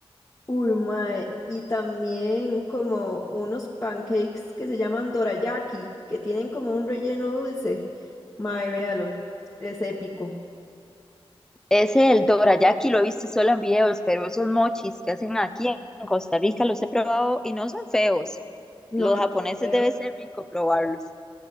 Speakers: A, on the left; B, in the centre.
A: Uy, mae, y también como unos pancakes que se llaman dorayaki, que tienen como un relleno dulce. Mae, véalo, es épico.
B: Ese el dorayaki lo he visto solo en videos, pero esos mochis que hacen aquí en Costa Rica los he probado y no son feos.
A: No,
B: Los
A: no
B: japoneses
A: son feos.
B: debe ser rico probarlos.